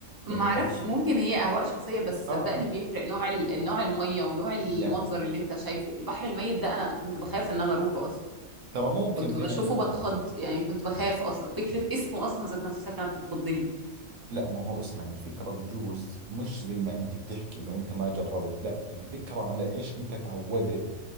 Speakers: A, on the right; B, on the right.
A: يعني
B: ما اعرفش
A: خلص
B: ممكن هي اهواء شخصيه بس
A: آه
B: صدقني بيفرق نوع ال- نوع الميه ونوع المنظر
A: يعني
B: اللي انت شايفه البحر الميت ده انا كنت بخاف ان انا اروحه اصلا
A: ترى ممكن
B: كنت
A: زي
B: بشوفه
A: ما انت
B: بتخض يعني كنت بخاف اصلا فكره اسمه اصلا ذات نفسها كانت بتخضني
A: لا ما هو اسمع الفكرة بجوز مش زي ما انت بتحكي انه انت ما جربت لا الفكرة على ايش انت تعودت